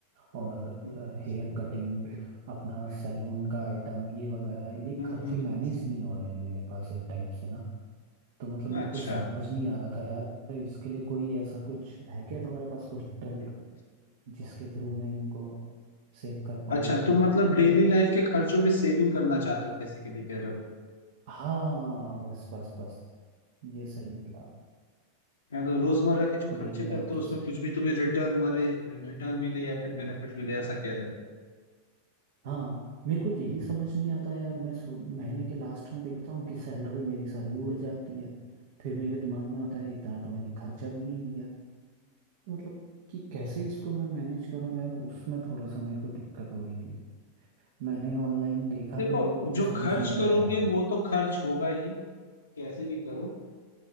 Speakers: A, on the right; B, on the left.
A: और
B: हम्म
A: हेयर कटिंग अपना सैलून का आइटम ये वगैरह ये
B: हम्म
A: खर्चे
B: हम्म,
A: मैनेज
B: हम्म।
A: नहीं हो रहे हैं मेरे पास एक टाइप से ना तो मतलब मेरे
B: अच्छा
A: को समझ नहीं आ रहा था यार इसके लिए कोई ऐसा कुछ है क्या तुम्हारे पास कुछ ट्रिक
B: अच्छा
A: जिसके थ्रू मैं इनको सेव कर पाऊँ
B: अच्छा,
A: या
B: तुम मतलब
A: मतलब
B: डेली लाइफ के खर्चों में सेविंग करना चाहते हो बेसिकली कह रहे हो
A: हाँ बस बस बस ये सही है
B: या तो रोजमर्रा के जो खर्चे
A: डेली
B: करते
A: लाइफ
B: हो
A: की
B: उसमें
A: से
B: कुछ भी तुम्हें रिटर्न मरे रिटर्न मिले या फिर बेनिफिट मिले ऐसा कह रहे हो
A: हाँ मेरे को यही समझ नहीं आता यार मैं सो महीने के लास्ट में देखता हूँ कि सैलरी मेरी सारी उड़ जाती है फिर मेरे दिमाग में आता है इतना तो मैंने खर्चा भी नहीं किया तो मतलब कि कैसे इसको मैं मैनेज करूँ यार उसमें थोड़ा सा मेरे को दिक्कत हो रही थी मैंने ऑनलाइन देखा
B: देखो
A: भी मेरे को कुछ
B: जो
A: समझ
B: खर्च
A: नहीं आया
B: करोगे
A: यार
B: वो तो खर्च होगा ही कैसे भी करो